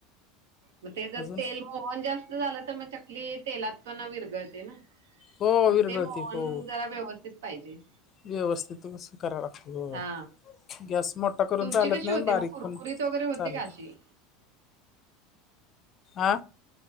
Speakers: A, on the right; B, on the left.
A: मग ते जर
B: अजून
A: तेल मोहन जास्त झालं तर मग चकली तेलात पण विरघळते ना.
B: हो
A: मग
B: विरघळते
A: ते मोहन
B: हो हो
A: जरा व्यवस्थित पाहिजे.
B: व्यवस्थित सु करायला लागतय
A: हा
B: गॅस मोठ मोठं, करून,
A: तुमची
B: चालत
A: कशी
B: नाही
A: होते
B: बारीक
A: मग कुरकुरीत
B: पण
A: वगैरे होते
B: चालत
A: का अशी?
B: आ